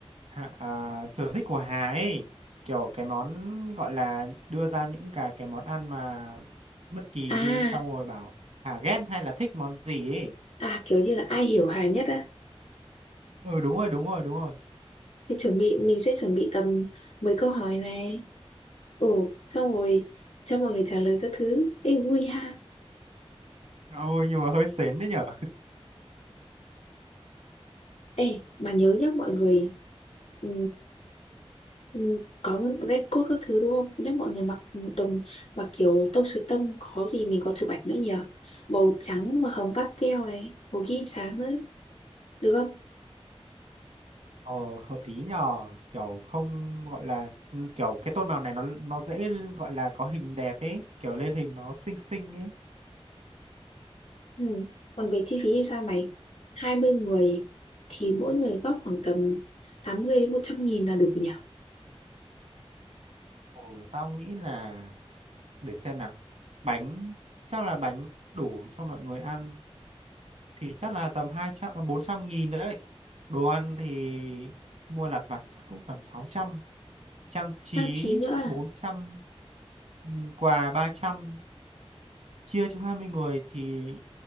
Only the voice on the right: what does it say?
hạ- à, sở thích của Hà ấy, kiểu cái món gọi là đưa ra những cái cái món ăn mà bất kỳ
đi xong rồi bảo Hà ghét hay là thích món gì ấy.
Ừ đúng rồi, đúng rồi, đúng rồi.
Ôi nhưng mà hơi sến đấy nhở.
Ờ, hợp lý nhờ kiểu không gọi là ừ, kiểu cái tôn màu này nó nó dễ gọi là có hình đẹp ấy kiểu lên hình nó xinh xinh ấy
Ồ, tao nghĩ là để xem nào bánh chắc là bánh đủ cho mọi người ăn thì chắc là tầm hai trăm à, bốn trăm nghìn đấy đồ ăn thì mua lặt vặt chắc cũng tầm sáu trăm trang trí
400 ừ, quà ba trăm chia cho 20 người thì